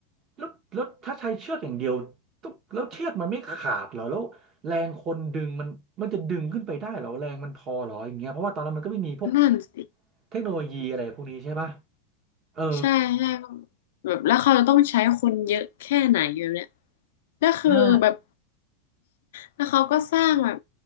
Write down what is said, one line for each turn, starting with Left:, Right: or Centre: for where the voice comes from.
Right: แล้วแล้วถ้าใช้เชือกอย่างเดียวตุ๊บแล้วเชือกมันไม่ขาดเหรอแล้วแรงคนดึงมันมันจะดึงขึ้นไปได้เหรอแรงมันพอเหรออย่างเงี้ยเพราะว่าตอนนั้นมันก็ไม่มีพวก
Left: นั่นสิ
Right: เทคโนโลยีอะไรพวกนี้ใช่ปะเออ
Left: ใช่ใช่แบบแล้วเขาจะต้องใช้คนเยอะแค่ไหนอยู่เนี่ยก็คือแบบ
Right: ใช่
Left: แล้วเขาก็สร้างแบบ